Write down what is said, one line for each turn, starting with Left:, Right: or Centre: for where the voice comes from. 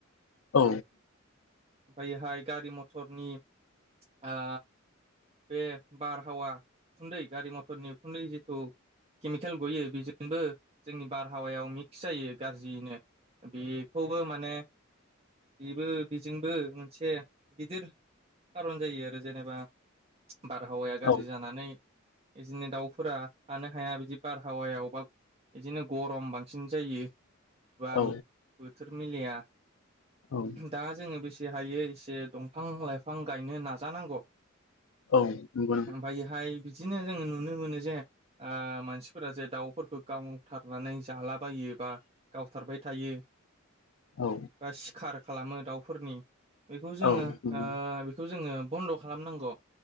Left: औ।
Right: ओमफायोहाय गारि मथरनि ओ बे बारहावा खुन्दै गारि मथरनि उखुन्दै जिथु केमिकेल गयो बेजोंबो जोंनि बारहावायाव मिक्स जायो गाज्रियैनो बेखौबो माने बेबो बिजोंबो मोनसे गिदिर। खारन जायो आरो जेनेबा बारहावाया गाज्रि
Left: औ
Right: जानानै इदिनो दाउफोरा थानो हाया बिदि बारहावायाव बा बिदिनो गरम बांसिन जायो। बाम
Left: औ
Right: बोथोर मिलया
Left: औ
Right: दा जोङो बेसे जे हायो एसे दंफां-लाइफां गायनो नाजानांगौ।
Left: औ। नंगौ नों-
Right: ओमफायो हाय बिदिनो जोङो नुनो मोनो जे ओ मानसिफोरा जे दाउफोरखौ गावथारनानै जालाबायो एबा गावथारबाय थायो
Left: औ
Right: बा सिखार खालामो दाउफोरनि बेखौ जोङो
Left: औ नंगौ
Right: ओ बेखौ जोङो बन्द'खालामनांगौ।